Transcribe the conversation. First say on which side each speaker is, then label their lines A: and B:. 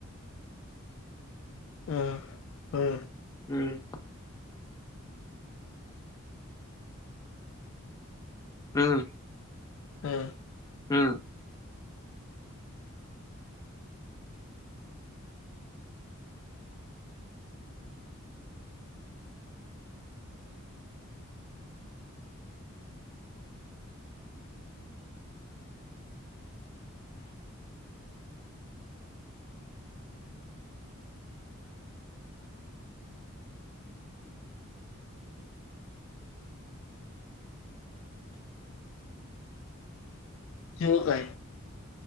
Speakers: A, on the left; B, on the left.
A: हा हा
B: हम्म. अं.
A: ह.
B: हं.
A: हेव काय?